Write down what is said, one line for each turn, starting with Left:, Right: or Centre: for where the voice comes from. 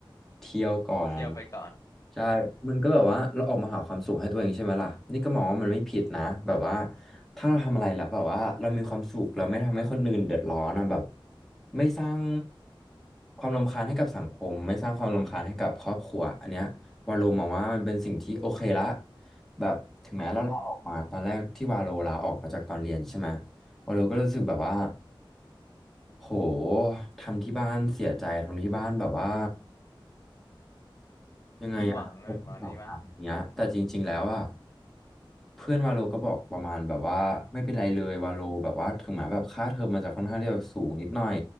Centre: เที่ยวก่อนอะไรเงี้ย
Left: เที่ยวไปก่อน
Centre: ใช่มันก็แบบว่าเราออกมาหาความสุขให้ตัวเองใช่ไหมล่ะนี่ก็มองว่ามันไม่ผิดนะแบบว่าถ้าเราทำอะไรแล้วแบบว่าเรามีความสุขเราไม่ทำให้คนอื่นเดือดร้อนนะแบบไม่สร้างความรำคาญให้กับสังคมไม่สร้างความรำคาญให้กับครอบครัวอันเนี้ยวาโลมองว่ามันเป็นสิ่งที่โอเคละแบบถึงแม้เราลาออกมาตอนแรกที่วาโลลาออกมาจากตอนเรียนใช่ไหม
Left: <laughs> อืม
Centre: วาโลก็รู้สึกแบบว่าโหทำที่บ้านเสียใจทำที่บ้านแบบว่ายังไงอะเขาพูดแบบเนี้ยแต่จริงๆแล้วอะ
Left: ผิดหวังอะประมาณนี้ปะ
Centre: เพื่อนวาโลก็บอกประมาณแบบว่าไม่เป็นไรเลยวาโลแบบว่าถึงแม้แบบค่าเทอมมันจะค่อนข้างที่จะสูงนิดหน่อย